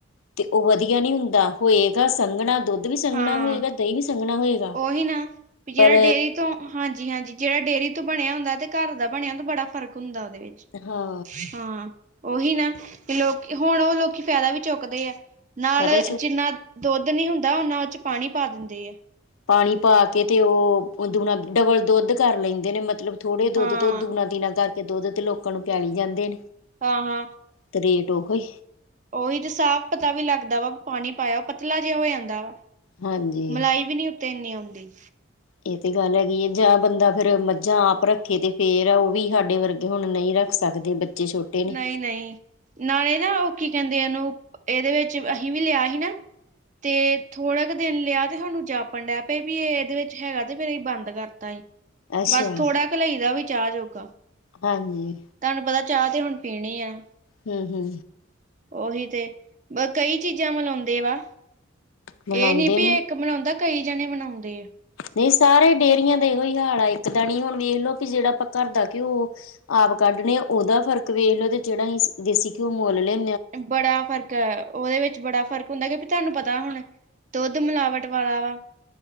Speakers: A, on the left; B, on the right.
A: ਤੇ ਉਹ ਵਧੀਆ ਨਹੀਂ ਹੁੰਦਾ ਹੋਏਗਾ ਸੰਘਣਾ ਦੁੱਧ ਦੁੱਧ ਵੀ ਸੰਘਣਾ
B: ਹਾਂ
A: ਹੋਏਗਾ ਦਹੀਂ ਵੀ ਸੰਘਣਾ ਹੋਏਗਾ
B: ਉਹੀ ਨਾ ਵੀ ਜਿਹੜਾ
A: ਪਰ
B: ਡੇਅਰੀ ਤੋਂ ਹਾਂਜੀ -ਹਾਂਜੀ ਜਿਹੜਾ ਡੇਅਰੀ ਤੋਂ ਬਣਿਆ ਹੁੰਦਾ ਅਤੇ ਘਰ ਦਾ ਬਣਿਆ ਤਾਂ ਬੜਾ ਫਰਕ ਹੁੰਦਾ ਉਹਦੇ ਵਿੱਚ
A: ਹਾਂ
B: ਹਾਂ ਉਹੀ ਨਾ ਤੇ ਲੋਕ ਹੁਣ ਉਹ ਲੋਕੀ ਫਾਇਦਾ ਵੀ ਚੁੱਕਦੇ ਆ। ਨਾਲ
A: ਇਹਦੇ ਚ
B: ਜਿੰਨਾ ਦੁੱਧ ਨਹੀਂ ਹੁੰਦਾ ਨਾ ਉਹ ਪਾਣੀ ਪਾ ਦਿੰਦੇ ਆ।
A: ਪਾਣੀ ਪਾ ਕੇ ਤੇ ਉਹ ਦੁਣਾ ਡਬਲ ਦੁੱਧ ਕਰ ਲੈਂਦੇ ਨੇ ਮਤਲਬ ਥੋੜ੍ਹੇ
B: ਹਾਂ
A: ਦੁੱਧ ਤੋਂ ਦੂਨਾਂ ਤੀਨਾਂ ਕਰਕੇ ਦੁੱਧ ਤੇ ਲੋਕਾਂ ਨੂੰ ਪਿਆਲਈ ਜਾਂਦੇ।
B: ਹਾਂ -ਹਾਂ।
A: ਤੇ ਰੇਟ ਉਹੀ
B: ਉਹੀ ਤੇ ਸਾਫ਼ ਪਤਾ ਵੀ ਲੱਗਦਾ ਵਾ ਪਾਣੀ ਪਾਇਆ ਪਤਲਾ ਜਿਹਾ ਹੋ ਜਾਂਦਾ ਵਾ।
A: ਹਾਂਜੀ
B: ਮਲਾਈ ਵੀ ਨੀ ਉਤੇ ਇੰਨੀ ਆਉਂਦੀ।
A: ਇਹ ਤੇ ਗੱਲ ਹੈਗੀ ਹੈ ਜਾਂ ਬੰਦਾ ਫੇਰ ਮੱਝਾਂ ਆਪ ਰੱਖੇ ਤੇ ਫੇਰ ਆ ਉਹ ਵੀ ਹਾਡੇ ਵਰਗੇ ਹੁਣ ਨਹੀਂ ਰੱਖ ਸਕਦੇ ਬੱਚੇ ਛੋਟੇ ਨੇ
B: ਨਹੀਂ- ਨਹੀਂ ਨਾਲੇ ਨਾ ਉਹ ਕੀ ਕਹਿੰਦੇ ਇਹਨੂੰ ਇਹਦੇ ਵਿੱਚ ਅਹੀ ਵੀ ਲਿਆ ਹੀ ਨਾ। ਤੇ ਥੋੜਾ ਕੁ ਦਿਨ ਲਿਆ ਤੇ ਸਾਨੂੰ ਜਾਪਣ ਡਿਆ ਪਏ ਵੀ ਇਹ ਇਹਦੇ ਵਿੱਚ ਹੈਗਾ ਤੇ ਫੇਰ ਇਹ ਬੰਦ ਕਰਤਾ ਹੀ।
A: ਅੱਛਾ
B: ਬਸ ਥੋੜਾ ਕ ਲਈ ਦਾ ਵੀ ਚਾਹ ਜੋਗਾ।
A: ਹਾਂਜੀ
B: ਤੁਹਾਨੂੰ ਪਤਾ ਚਾਹ ਤੇ ਹੁਣ ਪੀਣੀ ਆ।
A: ਹੂੰ-ਹੂੰ
B: ਉਹੀ ਤੇ ਕਈ ਚੀਜ਼ਾਂ ਮਿਲਾਉਂਦੇ ਵਾ
A: ਮਿਲਾਉਂਦੇ
B: ਇਹ ਨੀ
A: ਨੇ
B: ਪੀ ਕ ਮਨਾਉਂਦਾ ਕਈ ਜਣੇ ਮਨਾਉਂਦੇ ਆ।
A: ਨਹੀਂ ਸਾਰੇ ਡੇਅਰੀਆਂ ਦਾ ਇਹੋ ਹੀ ਹਾਲ ਆਏ ਇੱਕ ਦਾ ਨ ਹੁਣ ਵੇਖ ਲਓ ਵੀ ਜਿਹੜਾ ਆਪਾਂ ਘਰ ਦਾ ਘਿਓ ਆਪ ਕੱਢਣੇ ਉਹਦਾ ਫ਼ਰਕ ਵੇਖ ਲੋ ਤੇ ਜਿਹੜਾ ਅਸੀਂ ਦੇਸੀ ਘਿਓ ਮੁਲ ਲੈ
B: ਬੜਾ ਫਰਕ ਐ। ਓਦੇ ਵਿੱਚ ਬੜਾ ਫ਼ਰਕ ਹੁੰਦਾ ਕੇਓ ਕੇ ਤੂਹਾਨੂੰ ਪਤਾ ਹੁਣ, ਦੁੱਦ ਮਲਾਵਟ ਵਾਲਾ਼ ਵਾ।